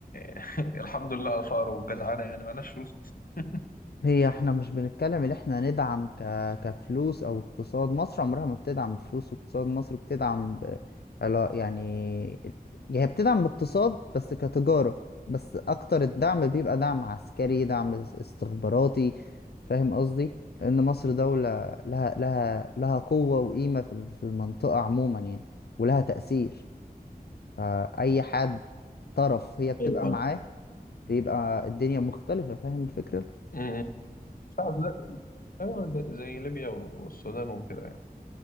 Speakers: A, on the left; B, on the left.
A: <laughs> الحمد لله على الفقر والجدعانة يعني معناش فلوس أصلا
B: هي احنا مش بنتكلم ان احنا ندعم ك... كفلوس او اقتصاد مصر عمرها ما بتدعم بفلوس واقتصاد مصر بتدعم ب... علا- يعني هي بتدعم باقتصاد بس كتجارة بس اكتر الدعم بيبقى دعم عسكري دعم اس- استخباراتي فاهم قصدي لان مصر دولة لها لها لها قوة وقيمة في ال- في المنطقة عموما يعني ولها تأثير فأي حد طرف هي بتبقى
A: ايوه
B: معاه بيبقى الدنيا مختلفة فاهم الفكرة؟
A: امم. ساعة زي أيوة زي زي ليبيا والسودان وكده يعني